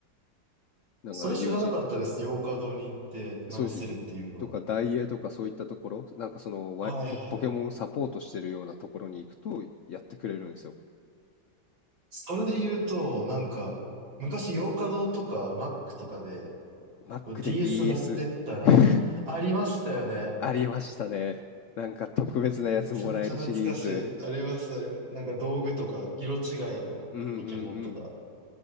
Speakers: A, on the left; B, on the right.
A: なんか友人たち。
B: それ知らなかったです。洋華堂に行って直せるっていうのは。
A: そうです。とか、ダイエーとかそういったところ、なんかそのワイ、
B: はいはい。
A: とポケモンサポートしてるようなところに行くとやってくれるんですよ。
B: それで言うと、なんか、昔洋華堂とか Mac とかで、
A: Mac
B: こう DS
A: で DS
B: 持ってったら、
A: <laughs>
B: ありましたよね。
A: ありましたね。なんか特別なやつもらえるシリーズ。
B: めちゃめちゃ懐かしい。あります、あります。なんか道具とか、色違いのポケモンとか。
A: うんうんうん。